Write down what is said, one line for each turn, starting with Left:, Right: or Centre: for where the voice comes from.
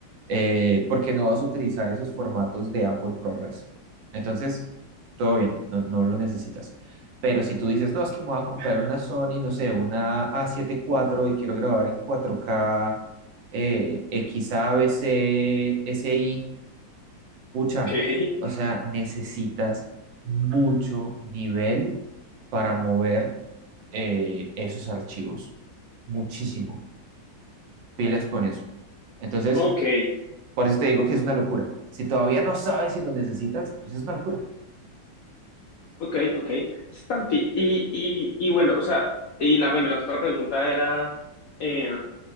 Right: Eh, porque no vas a utilizar esos formatos de Apple ProRes. Entonces, todo bien, no, no lo necesitas. Pero si tú dices, no, es que me voy a comprar una Sony, no sé, una a siete cuatro y quiero grabar en cuatro k eh, XAVC, SI. Pucha,
Left: ok, <laughs>
Right: o sea, necesitas mucho nivel para mover eh, esos archivos. Muchísimo. Pilas con eso. Entonces,
Left: ok.
Right: por eso te digo que es una locura. Si todavía no sabes si lo necesitas, pues es una locura.
Left: Ok, ok. Sí, Santi, y, y, y bueno, o sea, y la, bueno, la otra pregunta era eh,